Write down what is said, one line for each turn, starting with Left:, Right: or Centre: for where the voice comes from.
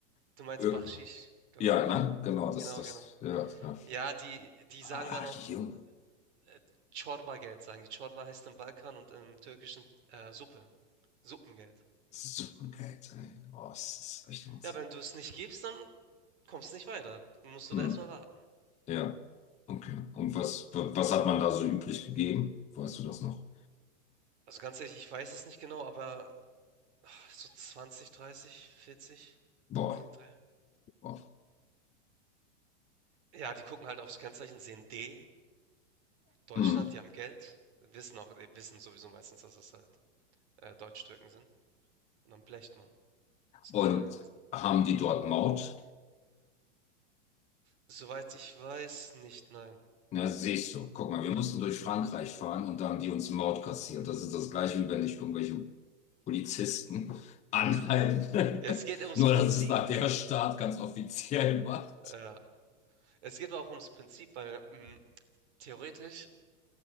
Right: du
Left: irgendein-
Right: meinst Bakschisch, glaube
Left: Ja,
Right: ich.
Left: ne? Genau, das,
Right: Genau,
Left: das,
Right: genau.
Left: ja, ja.
Right: Ja, die die
Left: Ah,
Right: sagen dann auch,
Left: jung.
Right: äh, geld sagen die. Çorba heißt im Balkan und im Türkischen, äh, Suppe, Suppengeld.
Left: Suppengeld, ey. Oh, das ist echt Wahnsinn.
Right: Ja, wenn du es nicht gibst, dann kommst du nicht weiter. Dann musst du
Left: Hm.
Right: da erst mal warten.
Left: Ja, okay. Und was, wa- was hat man da so übrig gegeben? Weißt du das noch?
Right: Also, ganz ehrlich, ich weiß es nicht genau, aber ach, so 20, 30, 40
Left: Boah,
Right: um den Dreh.
Left: boah.
Right: Ja, die gucken halt aufs Kennzeichen, sehen D, Deutschland,
Left: Hm.
Right: die haben Geld, wissen auch wissen sowieso meistens, dass das halt, äh, türken sind und dann blecht man. Ist
Left: Und
Right: normal gewesen.
Left: haben die dort Maut?
Right: Soweit ich weiß, nicht, nein.
Left: Na, siehst du. Guck mal, wir mussten durch Frankreich fahren und da haben die uns Maut kassiert. Das ist das Gleiche, wie wenn dich irgendwelche Polizisten anhalten.
Right: Es
Left: <laughs>
Right: geht ums
Left: Nur,
Right: Prinzip.
Left: dass es nach der Staat ganz offiziell war.
Right: Ja, es geht auch ums Prinzip, weil hm, theoretisch,